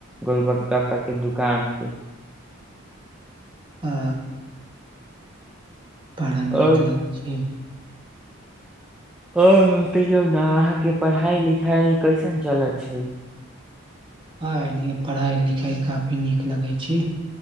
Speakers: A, in the centre; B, on the right (about 25°).
A: गोलबगप्पा के दुकान पे
B: आ बड़ा
A: और
B: नीक लगै छै
A: ह तैयौ ने अहाँके पढ़ाई लिखाइ कैसन चलत छै
B: हँ ए पढ़ाइ लिखाइ काफी नीक लगै छी